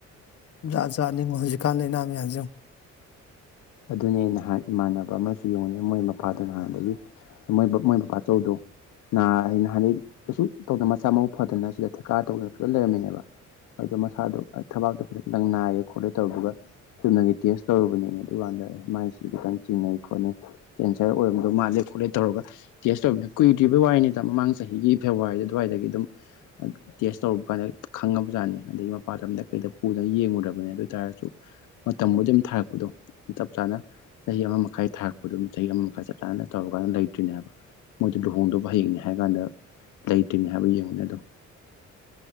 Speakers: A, on the left; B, on the left.
A: ꯖꯥꯠ ꯖꯥꯠꯅꯤꯡꯉꯣ ꯍꯧꯖꯤꯛꯀꯥꯟ ꯂꯥꯢꯅꯥ ꯃꯌꯥꯝꯁꯤꯉꯣ
B: ꯑꯗꯨꯅꯦ ꯅꯍꯥꯟ ꯏꯃꯥꯟꯅꯕ ꯑꯃꯁꯨ ꯌꯦꯡꯉꯣꯅꯦ ꯃꯣꯏ ꯃꯄꯥꯗꯨ ꯅꯥꯍꯟꯗꯒꯤ ꯃꯣꯏ ꯃꯣꯏ ꯕꯕꯥꯆꯧꯗꯣ ꯅꯥ ꯅꯥꯍꯟꯗꯩ ꯀꯩꯁꯨ ꯇꯧꯗ ꯃꯁꯥ ꯃꯎ ꯐꯗꯅ ꯁꯤꯗ ꯊꯤꯀꯥ ꯇꯧꯗꯅ ꯐꯖꯅ ꯂꯩꯔꯝꯃꯤꯅꯦꯕ__ ꯑꯗꯣ ꯃꯁꯥꯗꯣ ꯑꯩ ꯊꯕꯥꯛꯇꯣ ꯈꯤꯇꯪ ꯈꯤꯇꯪ ꯅꯥꯏꯌꯦ ꯈꯣꯠꯂꯦ ꯇꯧꯕꯒ ꯆꯨꯝꯅꯒꯤ ꯇꯦꯁ ꯇꯧꯔꯨꯕꯅꯦꯃꯤ ꯑꯗꯨꯀꯥꯟꯗ ꯃꯥꯏꯁꯤ ꯈꯤꯇꯪ ꯆꯤꯡꯅꯩ ꯈꯣꯠꯅꯩ ꯀꯦꯟꯁꯔ ꯑꯣꯏꯔꯝꯗꯣ ꯃꯥꯜꯂꯦ ꯈꯣꯠꯂꯦ ꯇꯧꯔꯒ ꯇꯦꯁ ꯇꯧꯅꯤ ꯀꯨꯏꯗ꯭ꯔꯤꯕꯩ ꯋꯥꯏꯅꯤꯗ ꯃꯃꯥꯡ ꯆꯍꯤꯒꯤ ꯐꯦꯕꯋꯥꯔꯤꯗ ꯑꯗꯨꯋꯥꯏꯗꯒꯤ ꯑꯗꯨꯝ ꯇꯦꯁ ꯇꯧꯔꯨꯕ ꯀꯥꯟꯗ ꯈꯪꯉꯕꯖꯥꯠꯅꯤ ꯑꯗꯒꯤ ꯃꯄꯥꯟ ꯂꯝꯗ ꯀꯩꯗ ꯄꯨꯗꯅ ꯌꯦꯡꯉꯨꯔꯕꯅꯤ ꯑꯗꯣꯏ ꯇꯥꯔꯁꯨ__ ꯃꯇꯝꯕꯨꯗꯤ ꯗꯨꯝ ꯊꯥꯔꯛꯄꯗꯣ꯫ ꯆꯞ ꯆꯥꯅ ꯆꯍꯤ ꯑꯃ ꯃꯈꯥꯏ ꯊꯥꯛ__ ꯑꯗꯨꯝ ꯆꯍꯤ ꯑꯃ ꯃꯈꯥꯏ ꯆꯞ ꯆꯥꯅ ꯇꯧꯔꯀꯥꯟꯗ ꯂꯩꯇ꯭ꯔꯤꯅꯦ ꯍꯥꯢꯕ ꯃꯣꯏꯗꯨ ꯂꯨꯍꯣꯡꯗꯣꯕ ꯍꯌꯦꯡꯅꯤ ꯍꯥꯏ ꯀꯥꯟꯗ ꯂꯩꯇ꯭ꯔꯤꯅꯦ ꯍꯥꯏꯕ ꯌꯦꯡꯉꯨꯅꯦ ꯑꯗꯣ